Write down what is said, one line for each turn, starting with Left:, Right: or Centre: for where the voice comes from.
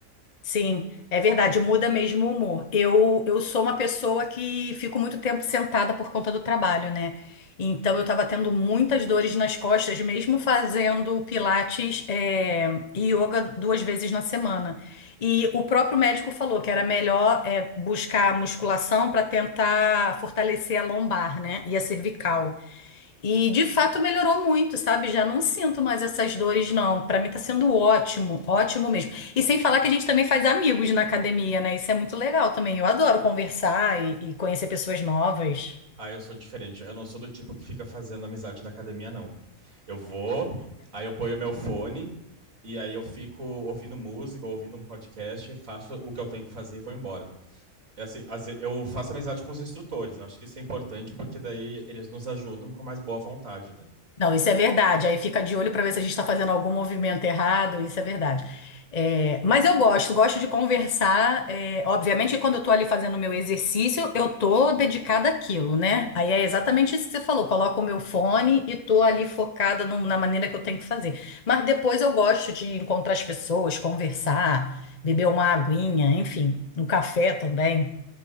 Left: Sim, é verdade, muda mesmo o humor. Eu, eu sou uma pessoa que fico muito tempo sentada por conta do trabalho, né? Então eu tava tendo muitas dores nas costas, mesmo fazendo pilates, é, e yoga duas vezes na semana. E o próprio médico falou que era melhor, é, buscar musculação para tentar fortalecer a lombar, né? E a cervical. E de fato melhorou muito, sabe? Já não sinto mais essas dores, não. Pra mim tá sendo ótimo, ótimo mesmo. E sem falar que a gente também faz amigos na academia, né? Isso é muito legal também. Eu adoro conversar e, e conhecer pessoas novas.
Right: Ah, eu sou diferente. Eu não sou do tipo que fica fazendo amizade na academia, não. Eu vou, aí eu ponho meu fone, e aí eu fico ouvindo música, ouvindo um podcast, faço o que eu tenho que fazer e vou embora. É assim, às ve- eu faço amizade com os instrutores. Eu acho que isso é importante, porque daí eles nos ajudam com mais boa vontade, né?
Left: Não, isso é verdade. Aí fica de olho para ver se a gente está fazendo algum movimento errado. Isso é verdade. É, mas eu gosto, gosto de conversar. é, obviamente, que quando eu estou ali fazendo o meu exercício, eu tô dedicada àquilo, né? Aí é exatamente isso que você falou. Coloco o meu fone e tô ali focada no- na maneira que eu tenho que fazer. Mas depois eu gosto de encontrar as pessoas, conversar, beber uma aguinha, enfim, um café também.